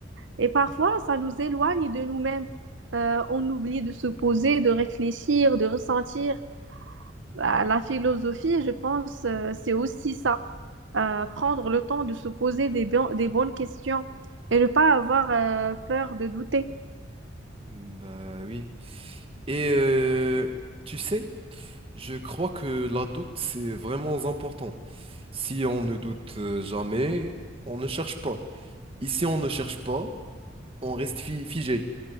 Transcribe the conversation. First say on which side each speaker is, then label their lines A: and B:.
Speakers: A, on the right; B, on the right.
A: Et parfois, ça nous éloigne de nous-mêmes. Euh, on oublie de se poser, de réfléchir, de ressentir. Bah, la philosophie, je pense, euh, c'est aussi ça. Euh, prendre le temps de se poser des, bon- des bonnes questions et ne pas avoir euh, peur de douter.
B: Bah oui. Et euh, tu sais, je crois que la doute, c'est vraiment important. Si on ne doute euh, jamais, on ne cherche pas. Ici, on ne cherche pas, on reste fi- figé.